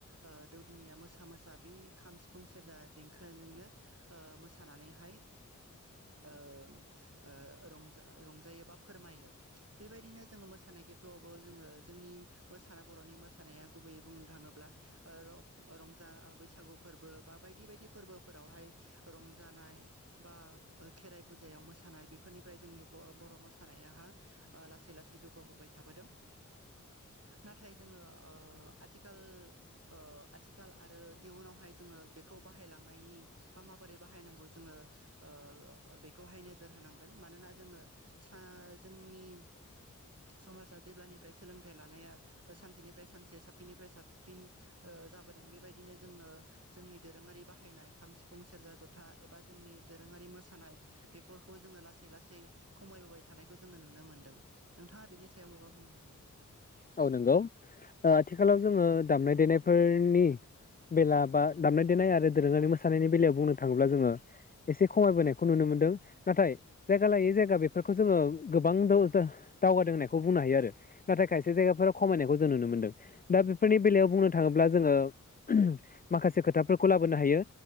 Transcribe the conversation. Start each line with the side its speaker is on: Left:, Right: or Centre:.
Right: ओ दौदिनिया मोसा मोसा बै खाम सिफुं सेरजा देंखोजोंनो मोसानानैहाय ओ ओ रंजा रंजायो बा फोरमायो, बेबायदिनो जोङो मोसानाय खेथ्र'आवबो जोङो जोंनि मोसाना बर'नि मोसानाया गुबैयै बुंनो थाङोब्ला ओ र' रंजा बैसागु फोरबो बा बायदि बायदि फोरबोफोरावहाय रंजानाय बा ओखेराइ फुजायाव मोसानाय बेफोरनिफ्राय जोंनि ब' बर' मोसानायाहा ओ लासै लासै जौगाबोबाय थाबोदों। नाथाय जोङो ओ आथिखाल ओ आथिखाल आरो इयुनावहाय जोङो बेखौ बाहायलांनायनि बा माबोरै बाहायनांगौ। जोङो। ओ बेखौहाय नोजोर होनांगोन मानोना जोङो सा जोंनि समाजा जेब्लानिफ्राय सोलोंथाइ लानाया सानसेनिफ्राय सानसे साबफिननिफ्राय साबफिन, ओ जाबोदों बेबायदिनो जोङो जोंनि दोरोङारि बाहायनाय खाम सिफुं सेरजा ज'था एबा जोंनि दोरोङारि मोसानाय बेफोरखौ जोङो लासै लासै खमायबोबाय थानायखौ जोङो नुनो मोन्दों। नोंथाङा बेनि सायाव माबा बुंनो <unintelligible>
Left: औ नंगौ ओ आथिखालाव जोङो दामनाय देनायफोरनि बेला बा दामनाय देनाय आरो दोरोङारि मोसानायनि बेलायाव बुंनो थाङोब्ला। जोङो एसे खमायबोनायखौ नुनो मोनदों नाथाय जायगा लायै जायगा बेफोरखौ जोङो गोबां दावजा दावगादों होननायखौ बुंनो हायो आरो। नाथाय खायसे जायगाफोराव खमायनायखौ जों नुनो मोन्दों दा बेफोरनि बेलायाव बुंनो थाङोब्ला जोङो <unintelligible> माखासे खोथाफोरखौ लाबोनो हायो।